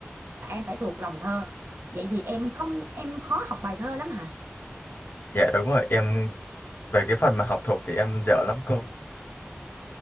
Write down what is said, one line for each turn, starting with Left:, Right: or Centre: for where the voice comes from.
Right: em phải thuộc lòng thơ. Vậy thì em không em khó học bài thơ lắm hả?
Left: dạ đúng rồi em về cái phần mà học thuộc thì em dở lắm cô